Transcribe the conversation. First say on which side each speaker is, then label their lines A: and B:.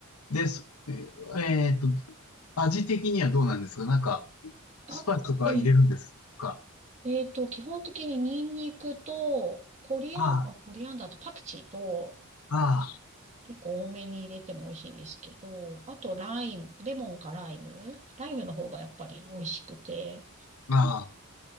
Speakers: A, on the left; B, on the right.
A: で、すえっと、味的にはどうなんですかなんか、スパイスとか入れるんですか
B: あ、えー、えっと、基本的にニンニクと、コリアン、
A: あ
B: あ、コリアンダーとパクチーと、
A: あ、あ
B: 結構多めに入れても美味しいんですけど、あとライム、レモンかライム、ライムの方がやっぱり美味しくて、
A: あ、ああ。